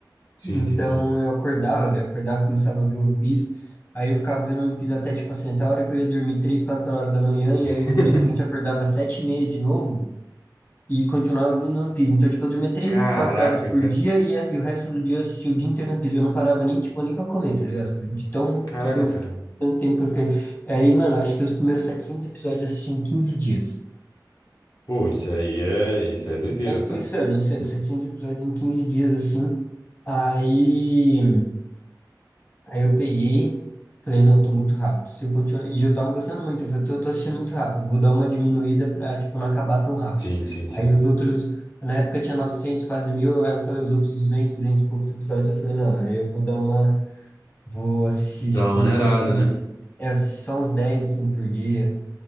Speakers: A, on the left; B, on the left.
A: Sim,
B: então
A: sim, sim.
B: eu acordava, velho, acordava, começava a ver One Piece, aí eu ficava vendo One Piece até, tipo assim, até a hora que eu ia dormir, três, quatro horas da manhã, e
A: <laughs>
B: aí no dia seguinte eu acordava às sete e meia de novo, e continuava vendo One Piece, então, tipo, eu dormia três,
A: Caraca,
B: quatro horas por
A: cara.
B: dia, e, a- e o resto do dia eu assistia o dia inteiro One Piece, eu não parava nem, tipo, nem pra comer, tá ligado? De tão,
A: Caraca,
B: que eu,
A: cara.
B: fi- tanto tempo que eu fiquei, aí, mano, acho que os primeiros 700 episódios eu assisti em 15 dias.
A: Pô, isso aí é, isso é doideira,
B: É
A: tá?
B: insano, insano. 700 episódios em 15 dias, assim. Aí, aí eu peguei, falei, não, tô muito rápido. Se eu continuar... E eu tava gostando muito. Eu falei, tô, tô assistindo muito rápido. Vou dar uma diminuída pra, tipo, não acabar tão rápido.
A: Sim, sim, sim.
B: Aí os outros... Na época tinha 900, quase mil. Aí eu falei, os outros 200 200 e poucos episódios. Eu falei, não, aí eu vou dar uma... Vou assistir,
A: Dá
B: tipo,
A: uma
B: eu não
A: maneirada,
B: vou assistir...
A: né?
B: É, eu assisti só uns 10 assim, por dia.